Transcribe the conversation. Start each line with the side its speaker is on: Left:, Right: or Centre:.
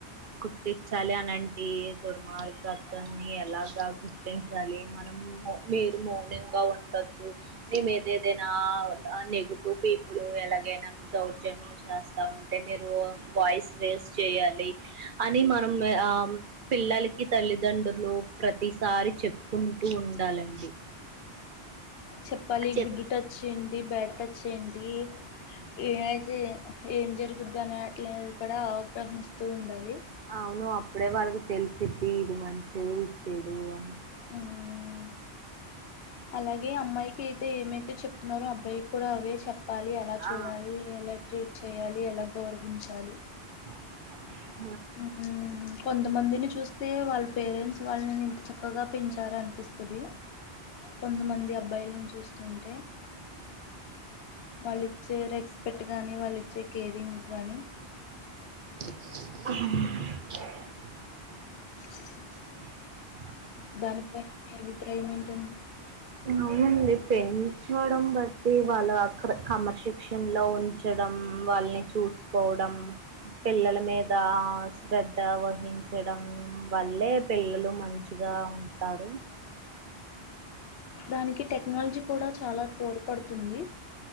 Right: గుర్తించాలి అని అంటే దుర్మార్గాలని ఎలా? ఆ జరుగుతే గుర్తించాలి మనం మీరు మౌనింగా ఉండోద్దు మీ మీదేదైనా ఆ టూ పీపుల్ ఎలాగైనా దౌర్జన్యం చేస్తా ఉంటే మీరు వాయిస్ రేస్ చేయా లి అని మనం ఎ ఆమ్ పిల్లలకి తల్లిదండ్రులు ప్రతీసారి చెప్ కుంటూ ఉండాలండి
Left: చెప్పాలి
Right: చెప్
Left: గుడ్డు టచ్ ఏంటి బ్యాడ్ టచ్ ఏంటి ఏమైతేయే ఏం జరుగుద్ది అనే ఆట్లాడిది కుడా అవగ్రహిస్తూ ఉండాలి
Right: అవును అప్పుడే వాళ్ళకి తెలిసిద్ది ఇది మంచీ ఇది చెడూ అని
Left: మ్మ్ అలాగే అమ్మాయికి అయితే ఏమైతే చెప్తున్నారో అబ్బాయిక్కూడా అదే చెప్ చెప్పాలి ఎలా చూడాలి
Right: ఆ
Left: ఎలా ట్రీట్ చేయాలి ఎలా గౌరవించాలి
Right: <inaudible>
Left: ఊ కొంతమందిని చూస్తే వాళ్ పేరెంట్స్ వాళ్ళని ఇంత చక్కగా పెంచారా!? అనిపిస్తుంది. కొంతమంది అబ్బాయిలను చూస్తుంటే? వాళ్ళు ఇచ్చే రెస్పెక్ట్ కానీ, వాళ్ళిచ్చే కేరింగ్ కానీ
Right: <inaudible>
Left: <unintelligible>
Right: <inaudible>
Left: దానిపైన మీ అభిప్రాయం ఏంటండి.
Right: అవునండి పెంచడం బట్టి వాళ్ళు ఆ అక్కడ క్రమశిక్షణ లో ఉంచడం వాళ్ళని చూ చూసుకోవడం పిల్లల మీద శ్రధ వహించడం వల్లే ఏ పిల్లలు మంచిగా ఉంటారు.
Left: దానికి టెక్నాలజీ కూడా చాలా తోడ్పడుతుంది